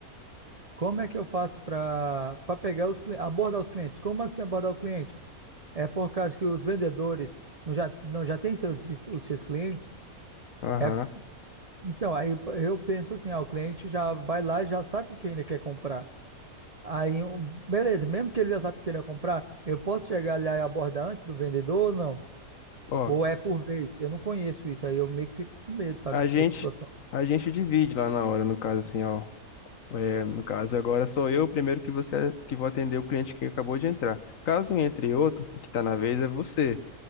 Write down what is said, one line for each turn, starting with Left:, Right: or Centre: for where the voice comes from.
Right: como é que eu faço para para pegar os clientes, abordar os clientes? Como assim abordar o cliente? É por causa que os vendedores não já, não já têm seus, os seus clientes?
Left: Aham.
Right: É Então, aí eu penso assim, ah, o cliente já vai lá e já sabe o que ele quer comprar. Aí, um- beleza, mesmo que ele já sabe o que ele quer comprar, eu posso chegar lá e abordar antes do vendedor ou não?
Left: Ó,
Right: Ou é por vez? Eu não conheço isso, aí eu meio que fico com medo, sabe,
Left: a gente,
Right: dessa situação.
Left: a gente divide lá na hora, no caso assim, ó. É, no caso, agora sou eu o primeiro que você que vou atender o cliente que acabou de entrar. Caso entre outro, o que está na vez é você.